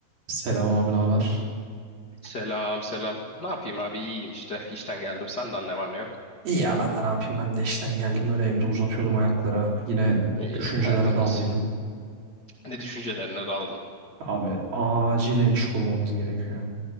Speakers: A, on the right; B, on the left.
A: Selam abi, ne haber?
B: Selam selam. Ne yapayım abi iyiyim işte. İşten geldim. Senden ne var ne yok?
A: İyi ya ben de ne yapayım ben de işten geldim öyle evde uzatıyordum ayakları. Yine
B: İyi,
A: düşüncelere
B: tertemiz.
A: daldıydım.
B: Ne düşüncelerine daldın?
A: Abi acilen iş kurmamız gerekiyor.